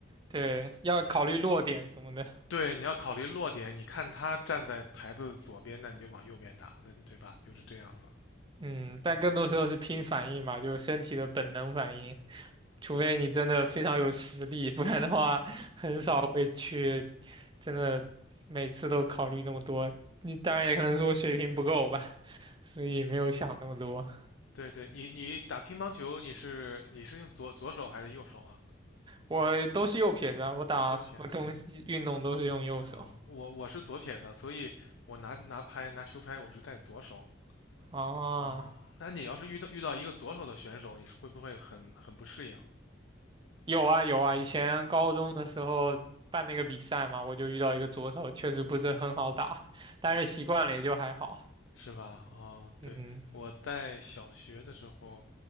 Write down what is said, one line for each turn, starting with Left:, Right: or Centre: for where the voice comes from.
Right: 对，要考虑落点什么的。
Left: 你对你要考虑落点，你看他站在台子左边，那你就往右边打，那对吧？就是这样子。
Right: 嗯，但更多时候是拼反应嘛，就是身体的本能反应。除非你真的非常有实力，不然的话很少会去真的每次都考虑那么多。你当然也可能是我水平不够吧，<laughs> 所以没有想那么多。
Left: 对对，你你打乒乓球，你是你是用左左手还是右手啊？
Right: 我都是右撇子啊，我打什么东西运动都是用右手
Left: 右撇子。嗯，我我是左撇子，所以我拿拿拍拿球拍，我是在左手。
Right: 啊。
Left: 哦，那你要是遇到遇到一个左手的选手，你是会不会很很不适应？
Right: 有啊有啊，以前高中的时候办那个比赛嘛，我就遇到一个左手，确实不是很好打，但是习惯了也就还好。
Left: 是吧？哦，
Right: 嗯
Left: 对，我在小学的时候，